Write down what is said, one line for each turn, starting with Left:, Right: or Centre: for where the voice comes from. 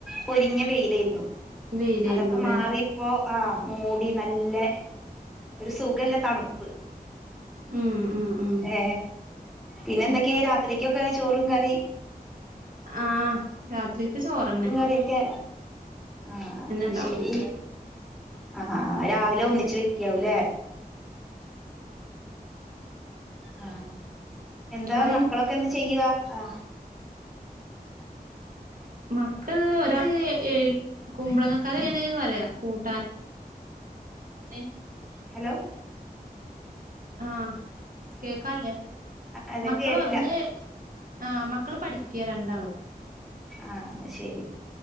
Centre: പൊരിഞ്ഞ വെയിലായിരുന്നു-
Right: വെയിലായിരുന്നൂല്ലെ?
Centre: അതൊക്കെ മാറി ഇപ്പോ ആഹ് മൂടി നല്ലേ- ഒരു സുഖല്ല തണുപ്പ്-
Right: ഉം ഉം ഉം ഉം
Centre: ഏ പിന്നെ എന്തൊക്കെയ രാ ഒത്രക്കൊക്കെ ചോറും കറി
Right: ആഹ് രാത്രിക്ക് ചോറ്ന്നെ-
Centre: ൊക്കെ ആഹ
Right: ഉണ്ടാവും
Centre: ശരി ആഹാ രാവിലെ ഒന്നിച്ച് വെക്കാവൂല്ലേ? ആ എന്താ
Right: കറിയും
Centre: മക്കളൊക്കെ എന്ത് ചെയ്യുക ആ
Right: മക്കള് ഒരാള് ഏഴി കുമ്പളങ്ങാ- <unintelligible> പറയാ കൂട്ടാൻ <unintelligible>
Centre: ലോ
Right: ആ കേക്കാല്ലേ
Centre: അല്ല
Right: മക്കള്
Centre: കേട്ടില്ല
Right: ഒന്ന് ആ മക്കള് പഠിക്ക്യാ രണ്ടാളും
Centre: ആ ശെരി